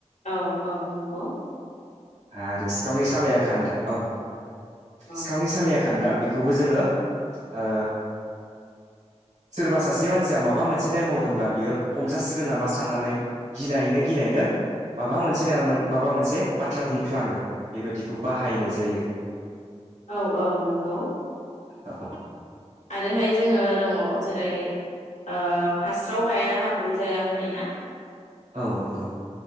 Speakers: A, on the left; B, on the right.
A: औ औ नंगौ
B: आरो सिखावनि सालाया खान्दा औ
A: औ
B: सिखावनि सालाया खान्दा बेखौबो जोङो ओ सोरबा सासे मानसिया माबा मोनसे दाय मावदोंब्ला बियो हमजासिगोन नामा साननानै गिनायैनो गिनायैनो माबा मोनसे नंया माबा मोनसे बाथ्रा बुंफ्लाङो बेबायदिखौ बाहायनाय जायो।
A: औ औ नंगौ
B: औ
A: आरोहाय जोङो दङ जेरै ओ हास्राव हाया हाब्रु जाया होननाय ना
B: औ नंगौ